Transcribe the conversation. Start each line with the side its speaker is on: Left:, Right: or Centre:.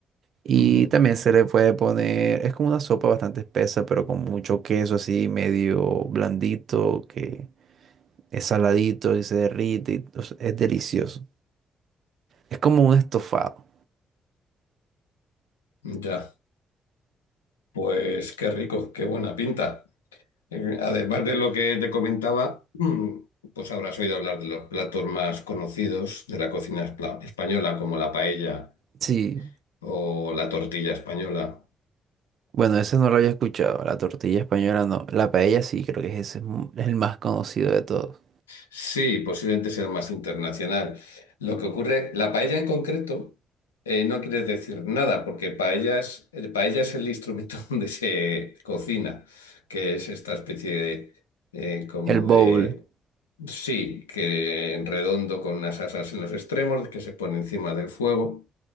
Right: Y
Left: ujú.
Right: también se le puede poner, es como una sopa bastante espesa, pero con mucho queso así medio blandito, que es saladito y se derrite, y, o sea, es delicioso. Es como un estofado.
Left: Ya. Pues qué rico, qué buena pinta. Eh, Además de lo que te comentaba, <clears throat> mm, pues habrás oído hablar de los platos más conocidos de la cocina espla- española, como la paella
Right: Sí,
Left: o la tortilla española.
Right: Bueno, ese no lo había escuchado. La tortilla española no. La paella sí, creo que ese es mu- es el más conocido de todos.
Left: Sí, posiblemente sea más internacional. Lo que ocurre, la paella en concreto eh, no quiere decir nada, porque paella es, eh, paella es el instrumento <laughs> donde se cocina, que es esta especie de, eh, como
Right: El bowl.
Left: de Sí, que redondo con unas asas en los extremos que se pone encima del fuego.